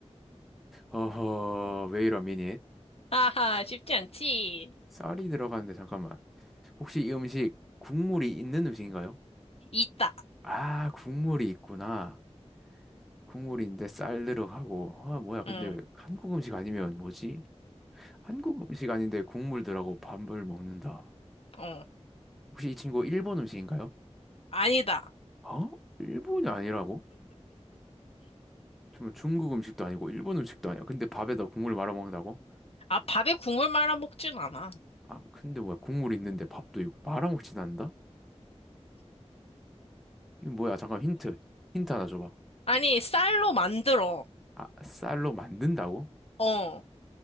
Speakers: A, in the centre; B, on the left.
A: 어허, 왜이러 미닛
B: 아하, 쉽지 않지.
A: 쌀이 들어가는데 잠깐만. 혹시 이 음식 국물이 있는 음식인가요?
B: 있다.
A: 아, 국물이 있구나. 국물인데 쌀 들어가고 아 뭐야 근데
B: 응,
A: 한국 음식 아니면 뭐지? 한국 음식 아닌데 국물 들어가고 밥을 먹는다.
B: 어,
A: 혹시 이 친구 일본 음식인가요?
B: 아니다.
A: 어? 일본이 아니라고? 정말 중국 음식도 아니고 일본 음식도 아니야. 근데 밥에다 국물 말아 먹는다고?
B: 아, 밥에 국물 말아 먹진 않아.
A: 아 근데 뭐야 국물 있는데 밥도 있고 말아 먹진 않는다? 이거 뭐야 잠깐 힌트 힌트 하나 줘봐.
B: 아니, 쌀로 만들어.
A: 아 쌀로 만든다고?
B: 어,